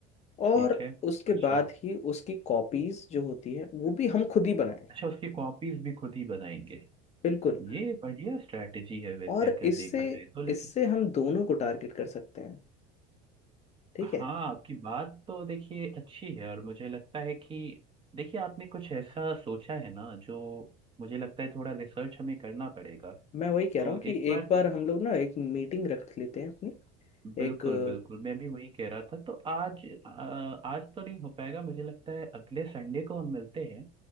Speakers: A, on the right (about 25°); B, on the left (about 35°).
A: ठीक
B: और
A: है
B: उसके
A: अच्छा
B: बाद ही उसकी कॉपीज जो होती है वो भी हम खुद ही बनाएं
A: अच्छा उसकी कॉपीज भी खुद ही बनाएंगे
B: बिल्कुल
A: ये बढ़िया स्ट्रैटेजी है वैसे
B: और
A: अगर
B: इससे
A: देखा जाए तो लेकिन
B: इससे हम दोनों को टारगेट कर सकते हैं ठीक
A: हाँ
B: है
A: आपकी बात तो देखिए अच्छी है और मुझे लगता है कि देखिए आपने कुछ ऐसा सोचा है ना जो मुझे लगता है थोड़ा रिसर्च हमें करना पड़ेगा
B: मैं वही कह
A: तो
B: रहा हूँ कि
A: एक बार
B: एक बार हम लोग ना एक मीटिंग रख लेते हैं अपनी
A: बिल्कुल
B: एक अ,
A: बिल्कुल मैं भी वही कह रहा था तो आज अ, आज तो नहीं हो पाएगा मुझे लगता है अगले संडे को हम मिलते हैं